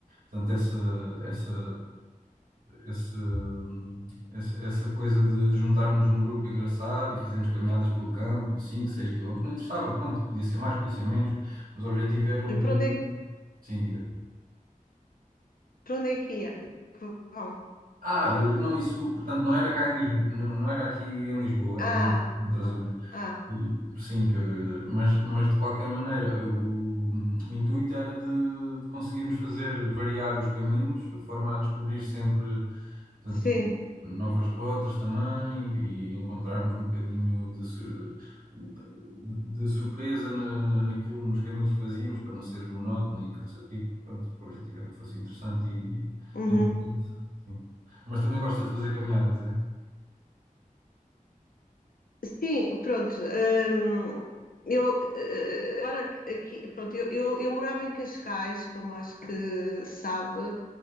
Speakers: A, on the right (about 85°); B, on the left (about 80°).
A: portanto, essa, essa, esse, hum, essa, essa coisa de, de juntarmos um grupo engraçado e fazermos caminhadas pelo campo de 5 6 quilómetros, não interessava, pronto, podia ser mais, podia ser menos, mas o objetivo era um bocadinho,
B: Para onde é, que-
A: sim, diga.
B: para onde é que ia? Que Vão.
A: Ah, eh, não, isso, portanto, não era cá em Lisboa, não, não era aqui em Lisboa,
B: Ah,
A: era noutra zona.
B: ah, ah,
A: E- Sim, que eu, mas, mas de qualquer maneira, o, o intuito era de, de conseguirmos fazer variar os caminhos, a forma a descobrir sempre, portanto,
B: sim.
A: novas rotas também e encontrarmos um bocadinho de, sur- de surpresa na, na, naquilo, nos caminhos que fazíamos, para não ser monótono e cansativo. Pronto, o objetivo era que fosse interessante e
B: uhum.
A: importante, sim. Mas também gosta de fazer caminhadas, é?
B: Sim, pronto. hum, eu, eh, agora aqui, pronto, eu, eu, eu morava em Cascais, como acho que sabe.